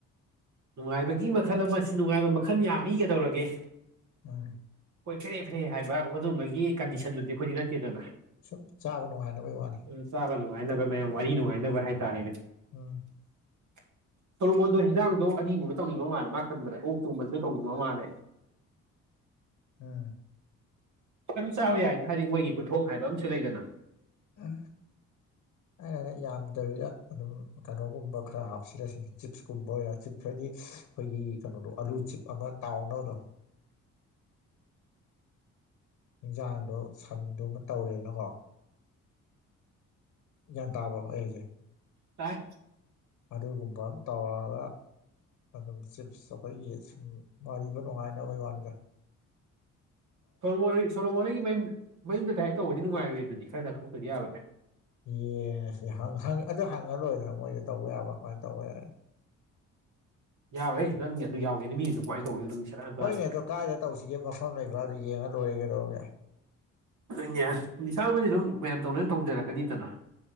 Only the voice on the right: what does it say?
ꯅꯨꯡꯉꯥꯏꯕꯒꯤ ꯃꯈꯜ ꯑꯃ ꯁꯤ ꯅꯨꯡꯉꯥꯏꯕ ꯃꯈꯜ ꯌꯥꯝꯃꯤꯒꯗꯧꯔꯒꯦ
ꯐ꯭ꯔꯤꯅꯦ ꯐ꯭ꯔꯤꯅꯦ ꯍꯥꯏꯕ ꯑꯗꯨꯝꯕꯒꯤ ꯀꯟꯗꯤꯁꯟꯗꯨꯗꯤ ꯑꯩꯈꯣꯏꯗꯤ ꯅꯠꯇꯦꯗꯅ
ꯑꯗꯨꯅ ꯆꯥꯕ ꯅꯨꯡꯉꯥꯏꯅꯕ ꯃꯌꯥꯝ ꯋꯥꯔꯤ ꯅꯨꯡꯉꯥꯏꯅꯕ ꯍꯥꯏꯇꯥꯔꯦꯅꯦ
<inaudible> ꯇꯣꯂꯃꯨꯗꯣ ꯍꯤꯟꯖꯥꯡꯗꯣ ꯑꯅꯤꯒꯨꯝꯕ ꯇꯧꯅꯤꯡꯕ ꯃꯥꯜꯂꯦ ꯃꯥꯅ ꯈꯟꯕꯗ ꯑꯣꯛ ꯊꯣꯡꯕꯁꯨ ꯇꯧꯅꯤꯡꯕ ꯃꯥꯜꯂꯦ <inaudible>
ꯑꯗꯨꯝ ꯆꯥꯕ ꯌꯥꯏꯗ ꯍꯥꯏꯗꯤ ꯃꯣꯏꯒꯤ ꯈꯨꯊꯣꯡ ꯍꯥꯏꯕ ꯑꯃꯁꯨ ꯂꯩꯗꯅ
<inaudible>
ꯇꯥꯏ
ꯁꯣꯂꯣꯃꯣ ꯁꯣꯂꯣꯃꯣꯅꯤꯒꯤ ꯃꯌꯨꯝ ꯃꯌꯨꯝꯗ ꯗꯥꯏꯔꯦꯛ ꯇꯧꯕꯗꯤ ꯅꯨꯡꯉꯥꯏꯔꯣꯏꯌꯦ ꯑꯗꯨꯗꯤ ꯈꯔ ꯆꯥꯊꯣꯛꯇꯗ꯭ꯔꯤ ꯌꯥꯔꯣꯏ ꯚꯥꯏ
ꯌꯥꯔꯣꯏꯍꯦ ꯅꯪꯒꯤ ꯑꯗꯨ ꯌꯥꯎꯒꯦꯗꯤ ꯃꯤ ꯌꯨꯝꯗ ꯀꯃꯥꯏꯅ ꯇꯧꯗꯨꯏꯅꯣ ꯅꯪ ꯁꯦꯔꯥꯟ ꯇꯨꯔꯥꯟ
ꯑꯗꯨꯅꯦ ꯑꯁ ꯕꯤꯁꯥꯜꯕꯨꯗꯤ ꯑꯗꯨꯝ ꯃꯌꯥꯝ ꯇꯧꯅꯩ ꯇꯧꯖꯔꯛꯀꯅꯤꯗꯅ